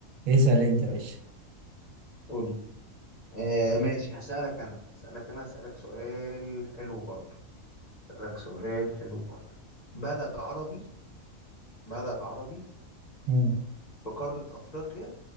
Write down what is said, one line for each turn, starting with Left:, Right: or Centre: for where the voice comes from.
Right: اسأل انت يا باشا
Left: قول آه ماشي هسألك أنا هسألك أنا هسألك سؤال حلو برضو هسألك سؤال حلو برضو بلد عربي بلد عربي
Right: مم.
Left: في قارة أفريقيا